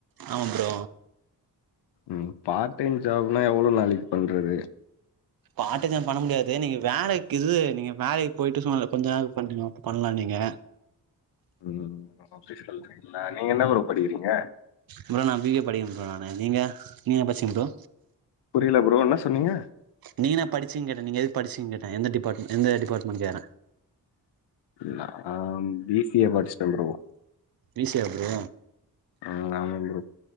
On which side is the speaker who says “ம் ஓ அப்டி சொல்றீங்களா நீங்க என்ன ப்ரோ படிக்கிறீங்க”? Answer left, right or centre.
Left